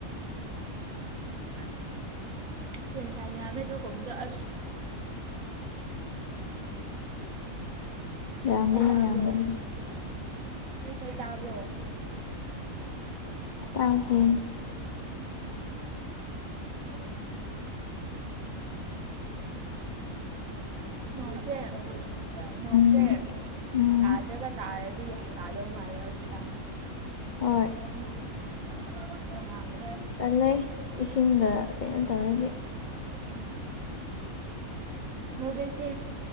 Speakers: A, on the right; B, on the left.
A: ꯫ ꯇꯦꯟꯁꯟ ꯌꯥꯝꯃꯦ ꯑꯗꯨꯒꯨꯝꯕꯗꯣ ꯑꯁ ꯫
B: ꯌꯥꯝꯕꯅꯦ
A: ꯏꯁꯩ ꯇꯥꯕ꯭ꯔꯣ
B: - ꯌꯥꯝꯕꯅꯦ
A: ꯏꯁꯩ ꯇꯥꯕ꯭ꯔꯣ
B: ꯇꯥꯗꯦ
A: <unintelligible> ꯅꯣꯡꯁꯦ ꯅꯣꯡꯁꯦ
B: ꯎꯝ ꯎꯝ
A: ꯇꯥꯗ꯭ꯔꯒ ꯇꯥꯔꯗꯤ ꯌꯥꯝ ꯇꯥꯗꯧ ꯃꯥꯜꯂꯦ ꯍꯧꯖꯤꯛꯀꯥꯟ
B: ꯍꯣꯏ
A: ꯫ ꯑꯍꯥꯟꯅꯦ
B: ꯇꯜꯂꯦ ꯏꯁꯤꯡꯗ ꯀꯩꯅꯣ ꯇꯧꯔꯗꯤ ꯫
A: ꯎꯝ ꯃꯨꯗꯦꯁꯦ